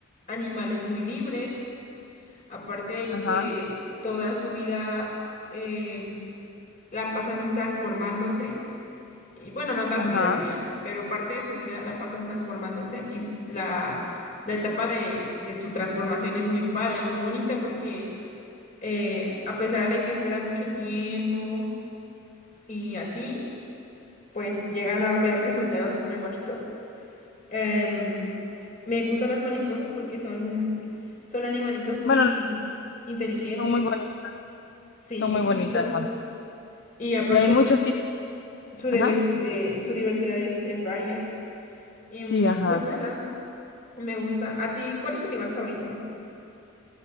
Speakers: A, on the left; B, on the left.
A: animales muy libres, aparte de
B: Ajá,
A: que toda su vida eh, la pasan transformándose, y bueno, no toda
B: ajá.
A: su vida, <laughs> va, pero parte de su vida la pasan transformándose y s- la, la etapa de, de su transformación es muy padre, muy bonita, porque eh, a pesar de que esperan mucho tiempo y así, pues llegan a ver resultados muy bonitos. Em, me gustan las mariposas porque son, son animalitos muy
B: Bueno, no,
A: inteligentes.
B: son muy bonitas.
A: Sí,
B: Son muy bonitas.
A: eso. Y aparte,
B: Y hay muchos
A: pues,
B: tipos.
A: su, deves-
B: Ajá.
A: eh, su diversidad es, es varia. Y mm,
B: Sí, ajá.
A: pues nada, me gusta. ¿A ti cuál es tu animal favorito?